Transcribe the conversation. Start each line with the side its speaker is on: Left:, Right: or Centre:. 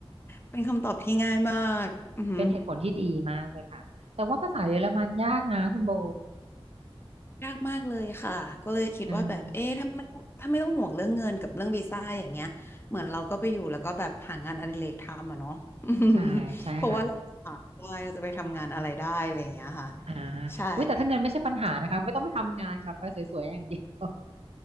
Left: เป็นคำตอบที่ง่ายมากอือหือ
Right: เป็นเหตุผลที่ดีมากเลยค่ะแต่ว่าภาษาเยอรมันยากนะคุณโบ
Left: ยากมากเลยค่ะก็เลยคิดว่าแบบเอ๊ะถ้าไม่ถ้าไม่ต้องห่วงเรื่องเงินกับเรื่องวีซ่าอย่างเงี้ยเหมือนเราก็ไปอยู่แล้วก็แบบหางานอดิเรกทำอะเนาะ
Right: ใช่
Left: <laughs>
Right: ใช่ใช่ค่ะ
Left: เพราะว่าเราจะหาได้เราจะไปทำงานอะไรได้อะไรอย่างเงี้ยค่ะ
Right: อ่า
Left: ใช่
Right: อุ้ยแต่ถ้าเงินไม่ใช่ปัญหานะคะไม่ต้องไปทำงานค่ะไปสวยๆอย่างเดียว